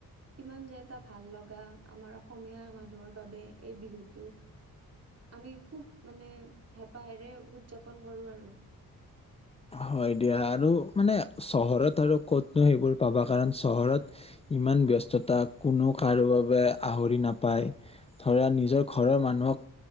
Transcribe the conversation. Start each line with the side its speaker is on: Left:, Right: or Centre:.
Right: কিমান যে এটা ভাল লগা আমাৰ অসমীয়া মানুহৰ বাবে এই বিহুটো, আমি খুব মানে হেঁপাহেৰে উদযাপন কৰো আৰু।
Left: হয় দিয়া আৰু মানে চহৰত আৰু ক'তনো সেইবোৰ পাবা কাৰণ চহৰত ইমান ব্যস্ততা কোনো কাৰো বাবে আহৰি নাপায়, ধৰা নিজৰ ঘৰৰ মানুহক